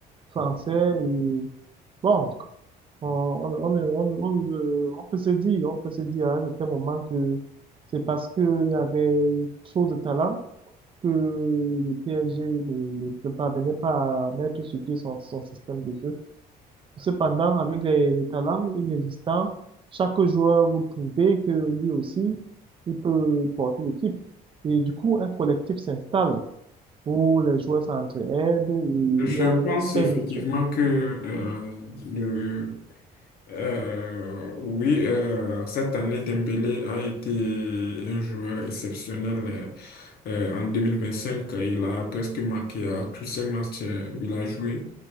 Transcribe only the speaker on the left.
Je
pense
effectivement
que euh, le Euh, oui, euh, cette année, Dembélé a été un joueur exceptionnel. Euh, euh, en cinq il a presque marqué à tous ses matchs euh, où il a joué